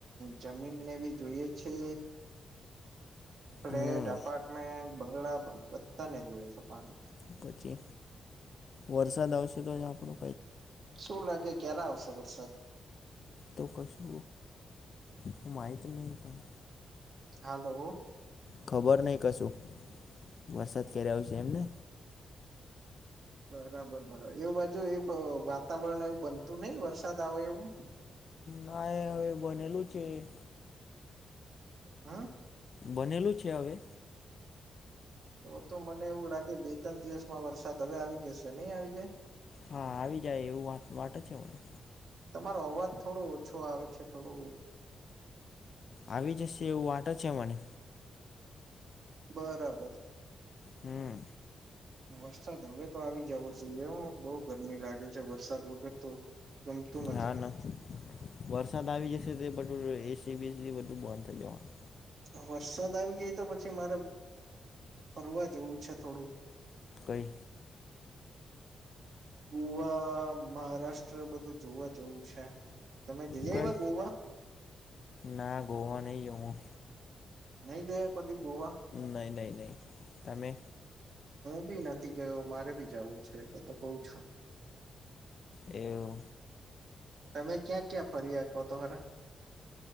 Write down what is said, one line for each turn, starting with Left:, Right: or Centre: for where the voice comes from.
Right: જમીનને બી જોઈએ છે. ફ્લેટ
Left: હમ
Right: અપાર્ટમેન્ટ બંગલા બધાને જોય છે પાણી
Left: પછી વરસાદ આવશે તો જ આપડો
Right: શું લાગે ક્યારે આવશે વરસાદ
Left: તો કશો હો માહિત નહી પણ
Right: હલો
Left: ખબર નહ કશું વરસાદ કયારે આવ છે એમને
Right: બરાબર બરાબર એવું વાત જો એ વાતાવરણ એવું બનતું નહીિ વરસાદ આવે એવું
Left: ના એ હવે બનેલું છે
Right: હા
Left: બનેલું છે હવે
Right: એ તો મને એવું લાગે બે ત્રણ દિવસમાં વરસાદ હવે આવી જશે નહી આવી જાય
Left: હા આવી જાય એવું વાત વાટે છે મને
Right: તમારો અવાજ થોડો ઓછો આવે છે થોડું
Left: આવી જશે એવું વાતો છે મને
Right: બરાબર
Left: હમ
Right: વરસાદ હવે તો આવી જવો જોઈએ બહ ગરમી લાગે છે વરસાદ વગર તો ગમતું નથી
Left: હા ના વરસાદ આવી જશે તે બટું એસી બીસી બધું બંધ થઇ જવાનું
Right: વરસાદ આવી ગઈ તો પછી મારે ફરવા જોવું છે થોડું
Left: કોઈ
Right: ગુવા મહારાષ્ટ્ર બધું જોવા જેવું છે તમે જઈ આવ્યા
Left: કઈ
Right: ગોવા
Left: ના ગોવા નહ આવું
Right: નહી ગયા કદી ગોવા
Left: નહીં નહીં નહીં તમે
Right: બી નથી ગયો મારે બી જું છે એટલે તો કઉ છો.
Left: એવુ
Right: તમે ક્યાં ક્યાં ફરી આપ્યો તો ખરા